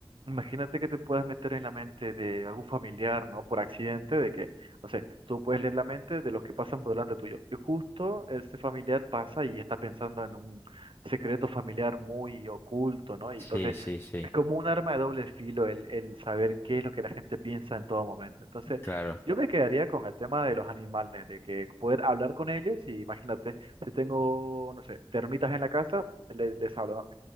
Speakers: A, on the right; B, on the left.
A: Imagínate que te puedas meter en la mente de algún familiar, ¿no? Por accidente, de que, no sé, tú puedes leer la mente de los que pasan por delante tuyo. Y justo este familiar pasa y está pensando en un secreto familiar muy oculto, ¿no? Y
B: Sí,
A: entonces
B: sí, sí,
A: es como un arma de doble filo el, el saber qué es lo que la gente piensa en todo momento. Entonces
B: claro.
A: yo me quedaría con el tema de los animales, de que poder hablar con ellos y imagínate. Si tengo, no sé, termitas en la casa, les, les habla, ¿no?